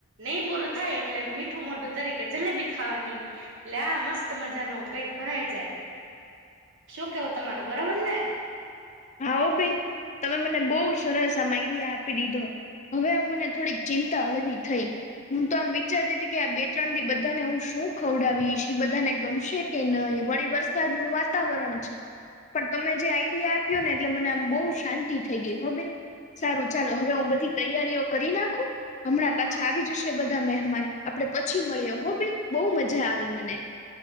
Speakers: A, on the right; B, on the left.
A: નહી પૂરું થાય એટલે મીઠું મોઢું તરીકે જલેબી ખાવાની એટલે આ મસ્ત મજાનુ પેટ ભરાઈ જાય શું કેવું તમારું બરાબર ને
B: હા હો બેન તમે મને બહુ સરસ આમ આઈડિયા આપી દીધો હવે આમ મને થોડીક ચિંતા હળવી થઈ હું તો આમ વિચારતી હતી કે આ બે ત્રણ થી બધાને હું શું ખવડાવીશ કે બધાને ગમશે કે નહી વળી વરસાદ નું વાતાવરણ છે પણ તમે જે આઈડિયા આપી આપ્યો ને એટલે મને આમ બહુ શાંતિ થઈ ગઈ હો બેન સારું ચાલો હવે હું બધી તૈયારીઓ કરી નાખું હમણાં પાછા
A: હા
B: આવી જશે બધા મહેમાન આપડે પછી મળ્યો હો બેન બહુ મજા આવી મને